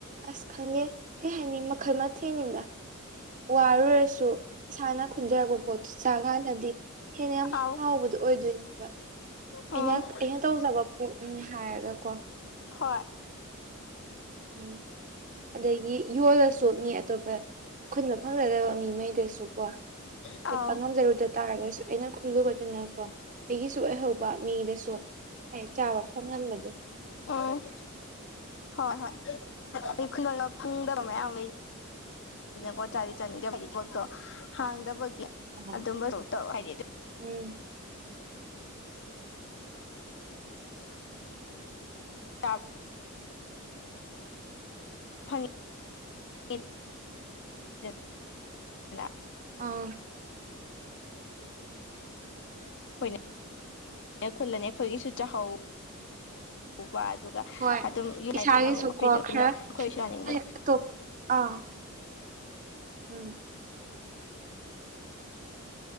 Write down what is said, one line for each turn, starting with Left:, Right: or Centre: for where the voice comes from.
Right: ꯑꯁ ꯈꯪꯗꯦ ꯀꯩ ꯍꯥꯏꯅꯤ ꯃꯈꯜ ꯃꯊꯦꯡꯅꯤꯗ ꯋꯥꯔꯨꯔꯁꯨ ꯏꯁꯥꯅ ꯈꯨꯟꯖꯔꯛꯄ ꯄꯣꯠꯇꯨ ꯆꯥꯒꯥꯟꯗꯗꯤ ꯍꯦꯟꯅ ꯌꯥꯝ
Left: ꯑꯥꯎ
Right: ꯍꯥꯎꯕꯗꯨ ꯑꯣꯏꯗꯣꯏꯅꯦꯕ ꯑꯩꯅ
Left: ꯎꯝ ꯍꯣꯏ
Right: ꯑꯩꯅ ꯇꯧꯖꯕ <unintelligible> ꯍꯥꯏꯔꯒ ꯀꯣ
Left: ꯍꯣꯏ
Right: ꯎꯝ ꯑꯗꯒꯤ ꯌꯣꯜꯂꯁꯨ ꯃꯤꯅꯤ ꯑꯇꯣꯞꯄ ꯈꯨꯟꯕ ꯐꯪꯖꯗꯕ ꯃꯤꯉꯩꯗꯁꯨ ꯀꯣ
Left: ꯑꯥꯎ
Right: ꯆꯠꯄ ꯉꯝꯖꯔꯨꯗ ꯇꯥꯔꯒꯁꯨ ꯑꯩꯅ ꯈꯨꯜꯂꯨꯕꯗꯨꯅꯀꯣ ꯑꯩꯒꯤꯁꯨ ꯑꯣꯏꯍꯧꯕ ꯃꯤꯗꯁꯨ ꯑꯩ ꯆꯥꯕ ꯐꯪꯍꯟꯕꯗꯣ
Left: ꯎꯝ ꯍꯣꯏ ꯍꯣꯏ ꯑꯩ ꯈꯨꯒꯗ ꯐꯪꯗꯕ ꯃꯌꯥꯝ ꯂꯩ ꯀꯣ ꯆꯥꯗꯤ ꯆꯥꯅꯤꯡꯗꯕ ꯍꯥꯏꯗꯤ ꯊꯕꯛꯇꯣ ꯍꯥꯡꯗꯕꯒꯤ
Right: ꯑꯍ
Left: ꯑꯗꯨꯝꯕꯁꯨ ꯇꯧ ꯍꯥꯏꯗꯤ
Right: ꯎꯝ
Left: <inaudible> <unintelligible>
Right: ꯑꯥ
Left: <unintelligible> ꯈꯨꯜꯂꯅꯤ ꯑꯩꯈꯣꯏꯒꯤꯁꯨ ꯆꯥꯍꯧ <unintelligible> ꯑꯗꯨꯒ
Right: ꯍꯣꯏ
Left: ꯑꯗꯨꯝ ꯌꯨ
Right: ꯏꯁꯥꯒꯤꯁꯨꯀꯣ
Left: ꯌꯥꯏꯗꯅ ꯃꯣꯏ ꯃꯈꯩꯗꯣ
Right: ꯈꯔ
Left: ꯄꯨꯂꯞ ꯑꯩꯈꯣꯏꯁꯨ ꯌꯥꯅꯤꯡꯕ
Right: ꯑꯇꯣꯞ ꯑꯥ ꯎꯝ